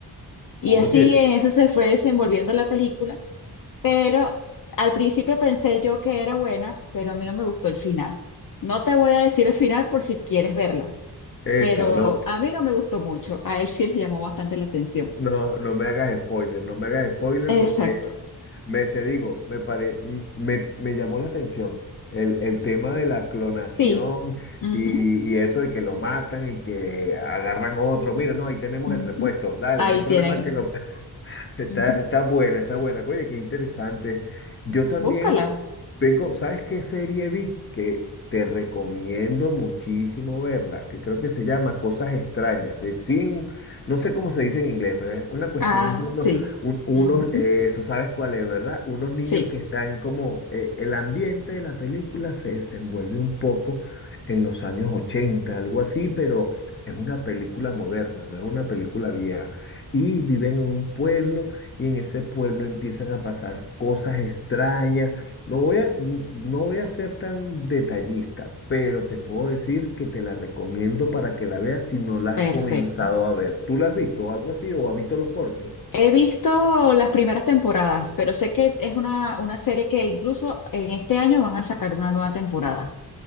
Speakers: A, on the left (about 55°); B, on the left (about 30°).
A: Y
B: Oyes,
A: así en eso se fue desenvolviendo la película pero al principio pensé yo que era buena, pero a mí no me gustó el final. No te voy a decir el final por si quieres verla,
B: eso,
A: pero
B: no,
A: a mí no me gustó mucho. A él sí le llamó bastante la atención.
B: no, no me hagas spoiler, no me hagas spoiler porque
A: Exacto.
B: me, te digo, me, pare, m- me, me llamó la atención el, el tema de la clonación
A: Sí. Ujú,
B: y, y eso de que lo matan y que agarran otro. Mira, no, ahí tenemos
A: ujú.
B: el repuesto, dale,
A: Ahí
B: no hay problema
A: tienen.
B: que lo Está,
A: Ujú.
B: está buena, está buena. Oye, qué interesante. Yo también
A: Búscala.
B: tengo, ¿sabes qué serie vi? Que te recomiendo muchísimo verla, que creo que se llama Cosas Extrañas, de Sin, no sé cómo se dice en inglés, pero es una cuestión
A: Ah,
B: de unos,
A: sí.
B: un- unos,
A: Ujú.
B: eh, eso sabes cuál es, ¿verdad? Unos niños
A: Sí,
B: que están como, eh, el ambiente de la película se desenvuelve un poco en los años 80 algo así, pero es una película moderna, no es una película vieja. Y viven en un pueblo y en ese pueblo empiezan a pasar cosas extrañas. No voy a, n- no voy a ser tan detallista, pero te puedo decir que te la recomiendo para que la veas si no la
A: perfecto.
B: has comenzado a ver. ¿Tú la has visto o algo así o has visto los cortes?
A: He visto las primeras temporadas, pero sé que es una, una serie que incluso en este año van a sacar una nueva temporada.